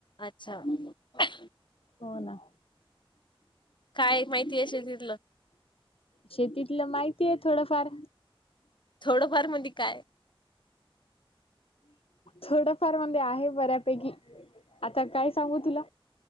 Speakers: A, on the left; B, on the left.
A: अच्छा. <inaudible>
B: हो ना.
A: काय माहितीये शेतीतलं?
B: शेतीतलं माहितीये थोडंफार.
A: थोडंफार मध्ये काय?
B: थोडफार मध्येे आहे बऱ्यापैकी. आता काय सांगू तुला?